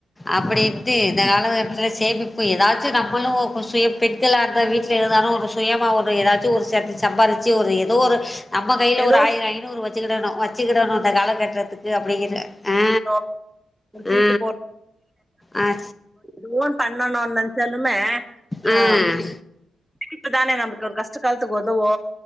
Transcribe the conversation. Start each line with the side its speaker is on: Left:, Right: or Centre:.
Left: அப்டி டி இந்த கால கட்டத் ஸ் சேமிப்பு ஏதாச்சு நம்பலு கூஷ் சுய பெண்களாகந்த வீட்ல இருந்தாலு ஒரு சுயமா ஒரு ஏதாச் ஒரு சம் சம்பாரிச்சு ஒரு ஏதோ ஒரு நம்ப கையில
Centre: ஏதோ
Left: ஒரு ஆயிர ஐநூறு வச்சுக்கிடணு வச்சுக்கிடணு இந்த காலகட்டத்துக்கு அப்டிங்கிற ஆ
Centre: <unintelligible>
Left: ஆ ஆ ஆ
Centre: ஃபோன் பண்ணனு நெனச்சாலுமே
Left: ம்
Centre: ஆ இப்பதானே நம்பளுக்கு ஒரு கஷ்ட காலத்துக்கு உதவு